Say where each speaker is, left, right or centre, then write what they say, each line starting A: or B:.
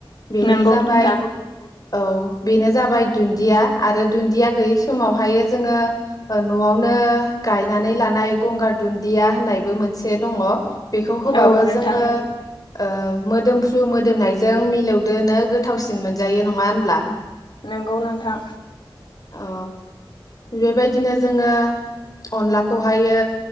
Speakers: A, on the left; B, on the left.
A: बेनो
B: नंगौ
A: जाबाय
B: नोंथां
A: औ बेनो जाबाय दुन्दिया आरो दुन्दिया गैयै समावहाय जोङो न'आवनो गायनानै लानाय गंगार दुन्दिया होननायबो मोनसे दङ। बेखौ होबाब
B: औ
A: बो
B: नोंथां
A: जोङो ओ मोदोमफ्रु मोदोमनायजों मिलौदोनो गोथावसिन मोनजायो नङा होनब्ला?
B: नोंगौ नोंथां
A: औ बेबायदिनो जोङो अनलाखौहायो